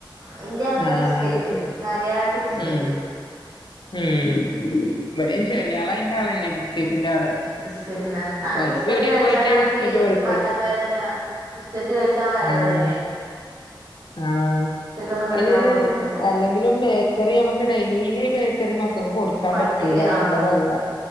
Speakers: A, on the right; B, on the left.
A: വല്ല്യാൾക്ക്
B: ആഹ്
A: ബിസ്കറ്റ്
B: അത് ശരി
A: കര്യായിട്ട് ബിസ്കറ്റ്
B: ഉം ഉം ഇവെടിം ചെറിയാളയ്ന്റെ ആളന്നെ ബിസ്കറ്റിന്റെ ആള്
A: ബിസ്ക്കറ്റിന് ഉം അനക്ക്
B: ഓന്
A: ബിസ്ക്കറ്റ്
B: പീടിയെ
A: കയിച്ചാലാണെങ്കി
B: പോയിട്ട് ബിസ്ക്കറ്റ് കൊടുക്കും
A: വയറ് വേദന ബിസ്കറ്റ് കയിച്ചാ വയറ്
B: ആഹ്
A: വേദനേണ്
B: ആഹ്
A: ഒന്നും കഴിക്കാൻ
B: അയ്ന്
A: കൊടുക്കൂല്ല
B: അല്ലെങ്കിലും ബേക്കറി നമക്ക് ഡെയ്ലി ബേക്കറി മക്ക ൾക്ക് കൊട്ക്കാൻ
A: പറ്റില്ല
B: പറ്റൂല
A: ആഹ്
B: നല്ലതല്ല